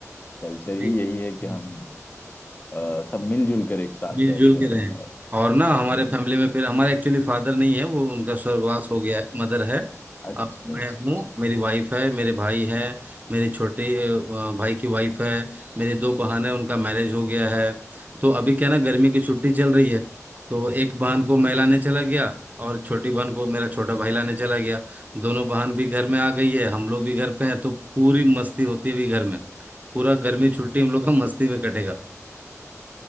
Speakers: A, on the left; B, on the right.
A: कल्चर ही
B: जी,
A: यही है कि
B: जी,
A: हम आ, सब मिलजुल कर एक साथ
B: मिलजुल
A: रहते
B: के
A: हैं
B: रहें
A: और
B: और ना हमारे
A: हम्म,
B: फैमिली में फिर हमारे एक्चुअली फादर नहीं है वो उनका स्वर्गवास हो गया है मदर है
A: अच्छा
B: अब
A: अच्छा
B: मैं हूँ
A: अच्छा
B: मेरी वाइफ है मेरे भाई है मेरी छोटे अ, भाई की वाइफ है मेरी दो बहन है उनका मैरिज हो गया है तो अभी क्या ना गर्मी की छुट्टी चल रही है तो एक बहन को मैं लाने चला गया और छोटी बहन को मेरा छोटा भाई लाने चला गया दोनों बहन भी घर में आ गई है हम लोग भी घर पे हैं तो पूरी मस्ती होती है भी घर में पूरा गर्मी छुट्टी हम लोग का मस्ती में कटेगा